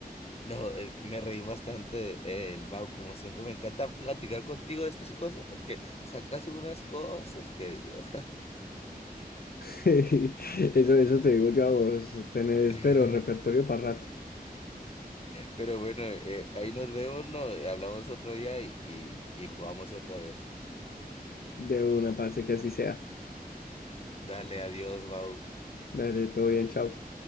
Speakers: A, on the left; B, on the left.
A: No, eh, me reí bastante, eh, el Mau, como siempre, me encanta platicar contigo de estas cosas porque sacas unas cosas que Dios.
B: <laughs> Eso, eso te digo yo a vos, tenés,
A: <laughs>
B: pero repertorio para rato.
A: Pero bueno, eh, ahí nos vemos, ¿no? Hablamos otro día y, y, y jugamos otra vez.
B: De una, parce, que así sea.
A: Dale, adiós, Mau.
B: Dale, todo bien, chao.